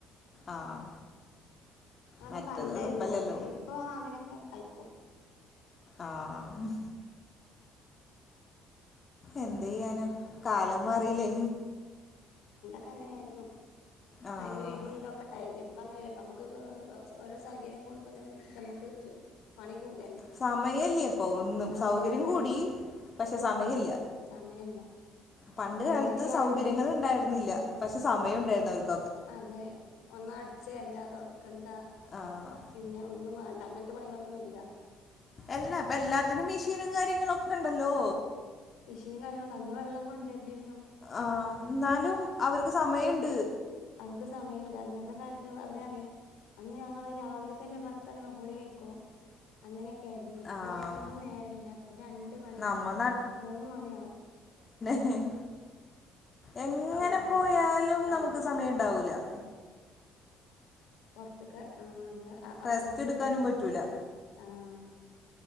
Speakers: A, on the left; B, on the left.
A: ആഹ്
B: അതൊക്കെ
A: മറ്റത്
B: പണ്ടായിരുന്നു
A: എളുപ്പല്ലല്ലോ
B: അതൊക്കെ. ഇപ്പൊ അങ്ങനെയൊക്കെ കഴിക്കും.
A: ആഹ് എന്തെയ്യാന കാലം മാറിലേ
B: ക്കങ്ങനായിര്ന്നു
A: ആഹ്
B: അയ്നൊയ്വും തൊക്കെട്ടായത് പ്പ ങ്ങനല്ല പ്പ മ്മക്ക് ഓരോ സാഹചര്യം കൂടുമ്പോത്ത് നും നമ്മക്ക് ച്ച് പണി കൂടല്ലേ
A: സമയല്ല്യ പ്പൊ ഒന്നും
B: സമയല്ല
A: സൗകര്യം കൂടി പക്ഷെ സമയല്ല
B: ആ സമയല്ല
A: പണ്ട്
B: അല്ലെങ്കി
A: കാലത്ത് സൗകര്യങ്ങൾ
B: അന്ന്
A: ണ്ടായിര്ന്നില്ല പക്ഷെ സമയം ണ്ടായിര്ന്നു അവർക്ക്
B: അതെ ഒന്നട്ചേരണ്ട തൊട്ക്കണ്ട
A: ആഹ്
B: പിന്നെ ഒന്നും വാ അങ്ങൻത്തെ പണികളൊന്നുംല്ല
A: എല്ലാ പ്പൊ എല്ലാത്തിനും മെഷീനും കാര്യങ്ങളൊക്കെണ്ടല്ലോ
B: മിഷീനും കാര്യങ്ങളുണ്ട് അന്ന് വെള്ളം കൊണ്ടര് ന്റീര്ന്നു
A: ആഹ് ന്നാലും അവർക്ക് സമയണ്ട്
B: അവർക്ക് സമയണ്ട് അന്നത്തെ കാലത്ത് അവരറിം അന്ന് ഞങ്ങള് രാവിലെ തന്നെ പത്തണ്യാവുമ്പോ കുളൈക്കും അങ്ങനെ ക്കേര്ന്നു ഇപ്പൊ
A: ആഹ്
B: അയ്നൊന്നും നേരല്ല പ്പൊ രണ്ട് മണി
A: നമ്മ
B: മൂന്ന് മണ്യാവും.
A: ഹും എങ്ങനെ
B: ഞമ്മള്
A: പോയാലും
B: ഇതാവുമ്പോത്തിനും
A: നമുക്ക് സമയം ഉണ്ടാവൂ ല
B: പൊർത്ത്ക്ക് ആ മ്മള് അഅ
A: റെസ്റ്റ്
B: അകത്ത്ക്കറിംമ്പോതിന്
A: എടുക്കാനും പറ്റൂല
B: ആഹ്